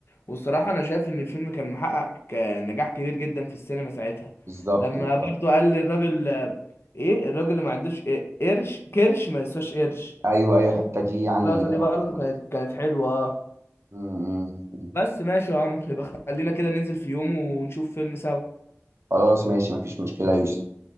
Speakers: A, on the left (about 55°); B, on the right (about 60°).
A: والصراحة أنا شايف إن الفيلم كان محقق ك- نجاح كبير جدا في السينما ساعتها
B: بالظبط
A: لما
B: بالظبط
A: برضو قال للراجل آه، إيه الراجل اللي ما عندوش إيه قرش كرش ما يسواش قرش
B: ايوه ايوه الحته دي يعني
A: اللقطة
B: ضربت
A: دي برضو
B: خالص
A: كانت كانت حلوة آه.
B: امم أمم، أمم.
A: بس ماشي يا عمرو يبقى خلينا كده ننزل في يوم ونشوف فيلم سوا
B: خلاص ماشي مفيش مشكله يا يوسف